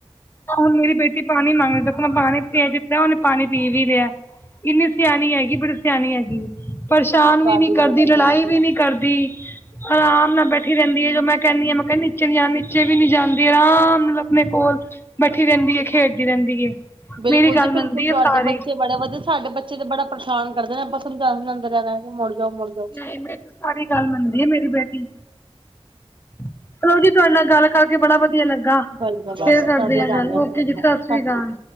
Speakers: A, on the left; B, on the right.
A: ਹੁਣ ਮੇਰੀ ਬੇਟੀ ਪਾਣੀ ਮੰਗਦੀ ਦੇਖੋ ਮੈਂ ਪਾਣੀ ਪਿਆ ਦਿੱਤਾ ਹੈ, ਉਹਨੇ ਪਾਣੀ ਪੀ ਵੀ ਲਿਆਂ ਏ। ਇੰਨੀ ਸਿਆਣੀ ਹੈਗੀ। ਬੜੀ ਸਿਆਣੀ ਹੈਗੀ। ਪਰੇਸ਼ਾਨ
B: ਤੁਹਾਡੀ
A: ਵੀ ਨੀ ਕਰਦੀ,
B: ਬੇਟੀ
A: ਲੜਾਈ
B: ਤਾਂ ਵਧੀਆ
A: ਵੀ ਨੀ ਕਰਦੀ। ਆਰਾਮ ਨਾਲ ਬੈਠੀ ਰਹਿੰਦੀ ਹੈ, ਜੋ ਮੈਂ ਕਹਿੰਦੀ ਹਾਂ ਮੈਂ ਕਹਿੰ ਨੀਚੇ ਨੀ ਜਾਣਾ, ਨੀਚੇ ਵੀ ਨੀ ਜਾਂਦੀ ਆਰਾਮ ਨਾਲ ਆਪਣੇ ਕੋਲ ਬੈਠੀ ਰਹਿੰਦੀ ਏ, ਖੇਡਦੀ ਰਹਿੰਦੀ ਏ।
B: ਬਿਲਕੁਲ
A: ਮੇਰੀ ਗੱਲ
B: ਜੀ ਬਿਲਕੁਲ
A: ਮੰਨਦੀ
B: ਤੁਹਾਡੇ
A: ਸਾਰੀ।
B: ਬੱਚੇ ਬੜੇ ਵਧੀਆ। ਸਾਡੇ ਬੱਚੇ ਤੇ ਬੜਾ ਪਰੇਸ਼ਾਨ ਕਰਦੇ ਨੇ ਆਪਾਂ ਸਮਝਾ ਸਮੰਣਾ ਮੁੜ ਜਾਓ ਮੁੜ ਜਾਓ
A: ਨਹੀਂ ਮੈਂਰੀ ਤਾਂ ਸਾਰੀ ਗੱਲ ਮੰਨਦੀ ਏ ਮੇਰੀ ਬੇਟੀ। ਚਲੋ ਜੀ ਤੁਹਾਡੇ ਨਾਲ ਗੱਲ ਕਰਕੇ ਬੜਾ ਵਧੀਆ ਲੱਗਾ।
B: ਬਸ ਬਸ
A: ਫੇਰ
B: ਤੁਹਾਨੂੰ
A: ਕਰਦੇ ਆ
B: ਲਗਾਉਂਦੇ
A: ਗੱਲ ਓਕੇ
B: ਫੋਨ
A: ਜਿ
B: ਦੁਬਾਰਾ
A: ਸਤ
B: ਸਤਿ
A: ਸ਼੍ਰੀ ਅਕਾਲ।